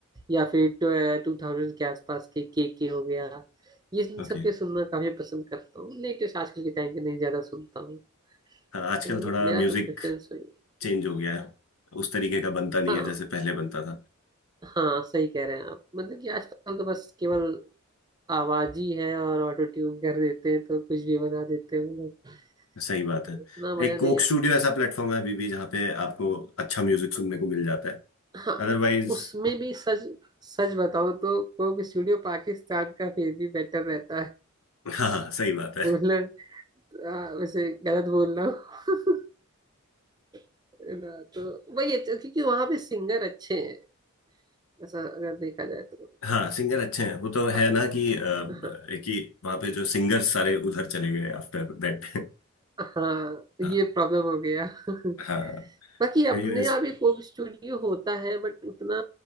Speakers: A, on the right; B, on the left.
A: या फिर टू थाउजेंड के आसपास के के के हो गया ये इन
B: ओके
A: सब के सुनना काफी पसंद करता हूँ लेटेस्ट आजकल के टाइम के नहीं ज्यादा सुनता हूँ
B: हाँ, आजकल
A: तो
B: थोड़ा
A: मेरा
B: म्यूजिक
A: तो प्रेफरेंस वही है
B: चेंज हो गया है उस तरीके का बनता नहीं
A: हाँ
B: है जैसे पहले बनता था
A: हाँ सही कह रहे हैं आप मतलब कि आजकल तो बस केवल आवाज ही है और ऑटो ट्यून कर देते हैं तो कुछ भी बना देते हैं वो लोग
B: सही बात है
A: इतना मजा
B: एक कोक
A: नहीं
B: स्टूडियो ऐसा प्लेटफॉर्म है अभी भी जहाँ पे आपको अच्छा म्यूजिक सुनने को मिल जाता है
A: हाँ
B: अदरवाइज
A: उसमें भी सच सच बताऊं तो कोक स्टूडियो पाकिस्तान का फिर भी बेटर रहता है
B: <laughs> हाँ हाँ सही बात है
A: बोलना आ, वैसे गलत बोल रहा हूँ <laughs> है ना, तो वही है तो क्योंकि वहां पे सिंगर अच्छे हैं ऐसा अगर देखा जाए तो
B: हाँ सिंगर अच्छे हैं वो तो है
A: पर-
B: ना कि अ,
A: हाँ
B: कि वहाँ पे जो सिंगर सारे उधर चले गए आफ्टर दैट
A: हाँ,
B: <laughs>
A: ये
B: हाँ
A: प्रॉब्लम हो गया <laughs>
B: हाँ
A: बाकी अपने
B: एनीवेज
A: यहाँ भी कोक स्टूडियो होता है बट उतना